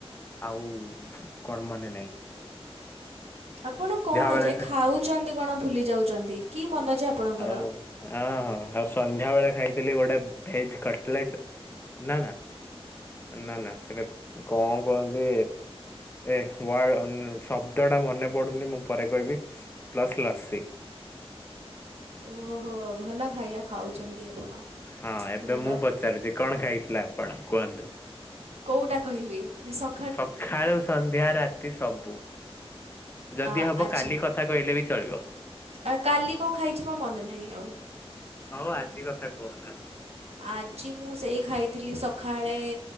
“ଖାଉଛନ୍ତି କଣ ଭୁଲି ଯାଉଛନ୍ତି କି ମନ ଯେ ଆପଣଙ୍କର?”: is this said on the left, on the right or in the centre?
Right